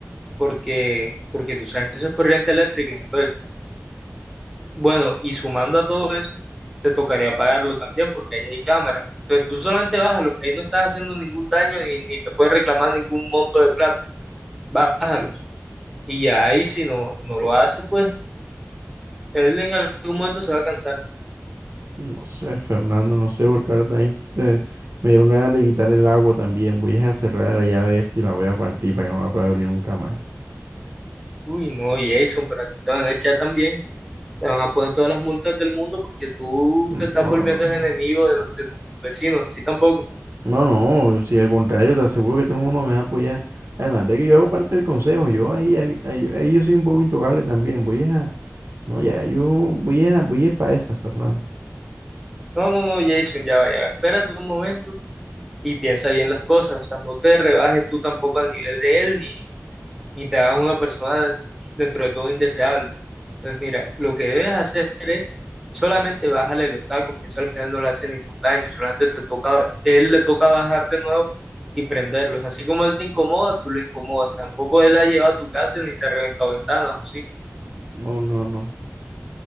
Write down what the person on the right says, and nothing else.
No sé, Fernando, no sé, porque ahora también se- me dieron ganas de quitar el agua también. Voy a cerrar la llave esa y la voy a partir para que no la pueda abrir nunca más.
Mm,
No,
no.
No, no, si al contrario, te aseguro que todo el mundo me va a apoyar. Además de que yo hago parte del consejo, yo ahí, ahí, ahí- ahí yo soy un poco intocable también. Voy a, no, ya, yo voy a, voy a para esa, Fernando.
No, no, no,